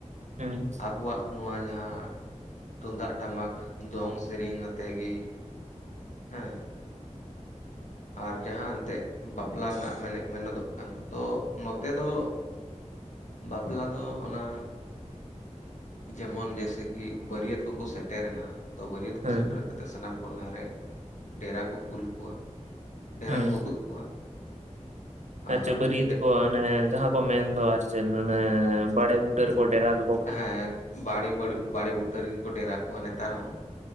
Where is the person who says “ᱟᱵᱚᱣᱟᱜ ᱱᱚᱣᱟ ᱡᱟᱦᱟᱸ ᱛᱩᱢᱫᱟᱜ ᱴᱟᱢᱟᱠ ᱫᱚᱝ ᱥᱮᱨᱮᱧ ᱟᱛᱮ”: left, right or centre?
Left